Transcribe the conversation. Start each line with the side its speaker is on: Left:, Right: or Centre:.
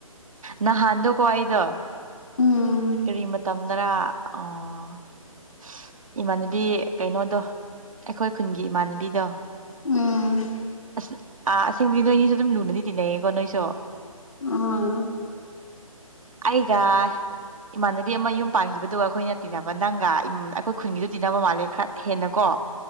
Right: ꯅꯍꯥꯟꯗꯣꯀꯣ ꯑꯩꯗꯣ
Left: ꯎꯝ
Right: ꯀꯔꯤ ꯃꯇꯝꯗꯔ ꯑꯣ ꯑꯥ ꯏꯃꯥꯟꯅꯕꯤ ꯀꯩꯅꯣꯗꯣ ꯑꯩꯈꯣꯏ ꯈꯨꯟꯒꯤ ꯏꯃꯥꯟꯅꯕꯤꯗꯣ
Left: ꯎꯝ
Right: ꯑꯁ ꯑꯥ ꯑꯁꯦꯡꯕꯗꯤ ꯅꯣꯏꯅꯤꯁꯨ ꯑꯗꯨꯝ ꯂꯨꯅꯗꯤ ꯇꯤꯟꯅꯩꯌꯦꯀꯣ ꯅꯣꯏꯁꯨ
Left: ꯎꯝ
Right: ꯑꯩꯒ ꯏꯃꯥꯟꯅꯕꯤ ꯑꯃ ꯌꯨꯝ ꯄꯥꯟꯈꯤꯕꯗꯨꯒ ꯑꯩꯈꯣꯏꯅ ꯇꯤꯟꯅꯕ ꯅꯪꯒ ꯑꯩꯈꯣꯏ ꯈꯨꯟꯒꯤꯗꯨ ꯇꯤꯟꯅꯕ ꯃꯥꯜꯂꯦ ꯈꯔ ꯍꯦꯟꯅ ꯀꯣ